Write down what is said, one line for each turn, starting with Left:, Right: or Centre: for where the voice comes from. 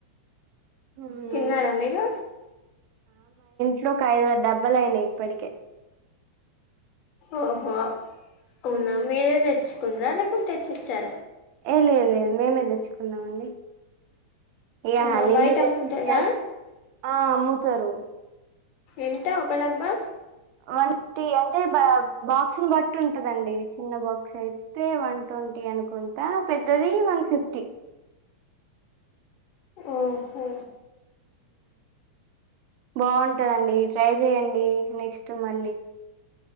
Right: అవునా
Left: తిన్నారా మీరు
Right: ట్లో ఒక ఐదు ఆరు డబ్బలు అయినాయ్ ఇప్పటికే
Left: ఓహో అవునా
Right: ఉమ్.
Left: మీరే తెచ్చుకుంన్ర లేకు తెచ్చిచ్చారా
Right: ఏ లేదు లేదు మేమే తెచ్చుకున్నామండి ఇగా
Left: ఆహా
Right: హలీంలు
Left: బయట
Right: తెచ్చి
Left: అమ్ముతారా
Right: ఇచ్చే అంత ఆ అమ్ముతరు
Left: ఎంత ఒక డబ్బా
Right: వన్టీ అంటే బా బాక్స్ని బట్టి ఉంటదండి చిన్న బాక్స్ అయి తె వన్ ట్వంటీ అనుకుంటా పెద్దది వన్ ఫిఫ్టీ
Left: మ్ హు
Right: బాగుంటదండి ట్రై చెయండి నెక్స్ట్ మళ్ళీ